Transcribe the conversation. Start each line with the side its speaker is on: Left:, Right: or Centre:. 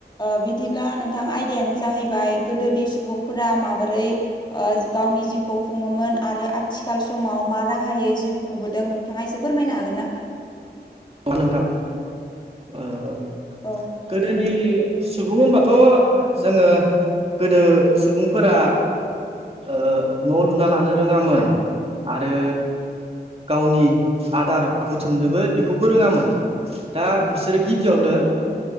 Left: बिदिब्ला नोंथां आयदायानो जाहैबाय गोदोनि सुबुंफोरा माबोरै ओ गावनि जिउखौ खुङोमोन आरो आथिखाल समाव मा राहायोै जिउ खुंबोदों नोंथाङा एसे फोरमायनो हागोन ना?
Right: अ नोंथां ओ
Left: औ
Right: गोदोनि सुबुं होनबाथ' जोङो गोदो सुबुंफोरा ओ न' लुना लानो रोङामोन आरो गावनि आदार बुथुमनोबो बेखौबो रोङामोन। दा बिसोरो गिबियावनो